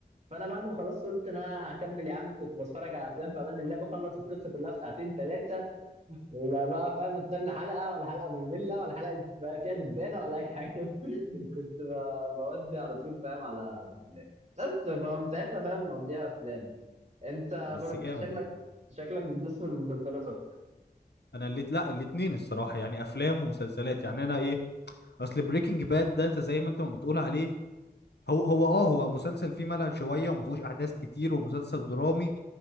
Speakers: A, on the right; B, on the left.
A: فانا بعد ما خلصت قلت انا هكمل يا عم كنت بتفرج على افلام في امان الله بخلص القصه كلها في ساعتين ثلاثه لا بقى فاهم استنى حلقه ولا حلقه ممله ولا حلقه بقى فيها دبانه ولا اي حاجه <laughs> كنت ب- بودي على طول فاهم على على افلام بس فمن ساعتها فاهم مضيع افلام انت
B: بس
A: برضه انت
B: جامد
A: شكلك
B: والله
A: شكلك بتدوس في المسلسلات اكتر
B: انا اللي لا الاتنين الصراحه يعني افلام ومسلسلات يعني انا ايه اصل بريكنج باد ده انت زي ما انت ما بتقول عليه هو هو اه هو مسلسل فيه ملل شويه وما فيهوش احداث كتير ومسلسل درامي